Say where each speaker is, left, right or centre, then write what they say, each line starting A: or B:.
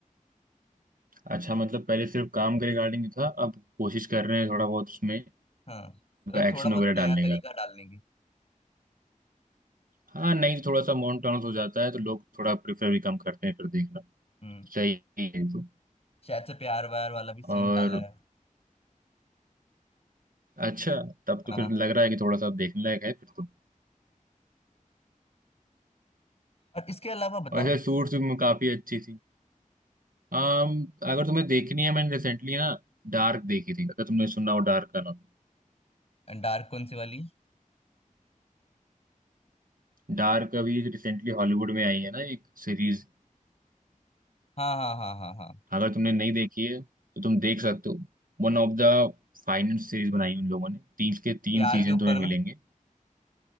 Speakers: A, on the right; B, on the left.
A: अच्छा मतलब पहले सिर्फ काम के रिगार्डिंग था अब कोशिश कर रहे हैं थोड़ा बहुत उसमें
B: हाँ मतलब
A: एक्शन
B: थोड़ा बहुत
A: वगैरह
B: नया
A: डालने
B: तरीका
A: का
B: डालने की
A: हाँ नहीं थोड़ा सा मोनोटोनस हो जाता है तो लोग थोड़ा प्रेफर भी कम करते हैं फिर देखना
B: हम्म
A: सही है ये तो
B: शायद से प्यार व्यार वाला भी सीन
A: और
B: डाला है
A: अच्छा तब
B: हाँ
A: तो फिर लग रहा है कि थोड़ा सा देखने लायक है फिर तो
B: और इसके अलावा बताओ
A: वैसे सूट्स भी काफी अच्छी थी आम, अगर तुम्हें देखनी है मैंने रिसेंटली ना डार्क देखी थी अगर तुमने सुना हो डार्क का नाम
B: डार्क कौन सी वाली
A: डार्क अभी रिसेंटली हॉलीवुड में आई है ना एक सीरीज
B: हाँ हाँ हाँ हाँ हाँ
A: अगर तुमने नहीं देखी है तो तुम देख सकते हो One of the finance series बनाई उन लोगों ने तीन के तीन
B: प्यार
A: सीजन
B: के ऊपर
A: तुम्हें मिलेंगे
B: ना